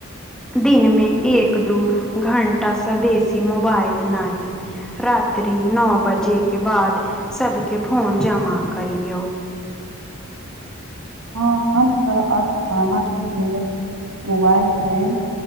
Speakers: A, in the centre; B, on the right.
A: दिन में एक दु घंटा से बेसी मुबाएल नहि रात्रि नौ बजेके बाद सबके फोन जमा कऽ लियौ।
B: हां हम तऽ अब खाना के टेबल पे मुबाएल बैन